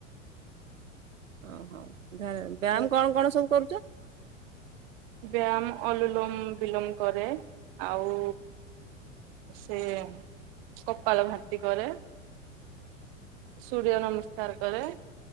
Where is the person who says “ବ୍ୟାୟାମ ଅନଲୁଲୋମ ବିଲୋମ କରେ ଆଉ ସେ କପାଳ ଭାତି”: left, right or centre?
Right